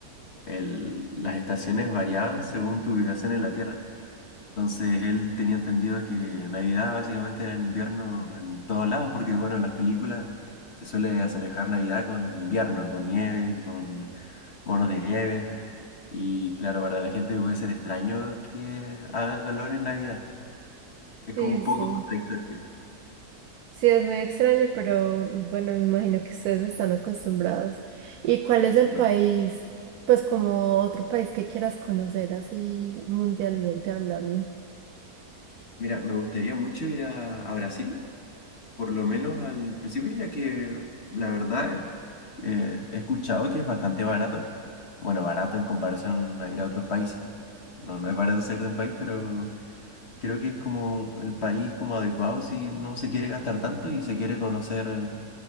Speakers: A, on the left (about 45°); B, on the right (about 75°).
A: el- las estaciones variaban según tu ubicación en la Tierra. Entonces él tenía entendido que Navidad básicamente era en invierno en todos lados, porque bueno, en las películas se suele asemejar Navidad con invierno, con nieve, con monos de nieve. Y claro, para la gente puede ser extraño que haga calor en Navidad. Es
B: Sí,
A: como un poco
B: sí.
A: contradictorio.
B: Sí, es muy extraño, pero bueno, me imagino que ustedes están acostumbrados. ¿Y cuál es
A: Sí,
B: el país,
A: güey.
B: pues como otro país que quieras conocer así mundialmente hablando?
A: Mira, me gustaría mucho ir a, a Brasil. por lo menos al principio, ya que la verdad eh, he escuchado que es bastante barato. Bueno, barato en comparación a ir a otros países. No, no es barato ser de un país, pero creo que es como el país como adecuado si no se quiere gastar tanto y se quiere conocer